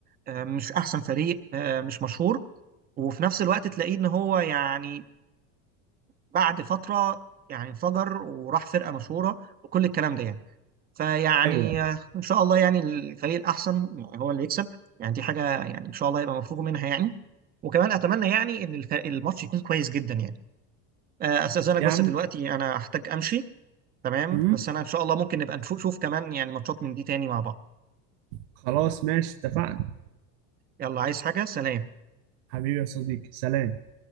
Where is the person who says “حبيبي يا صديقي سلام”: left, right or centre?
Right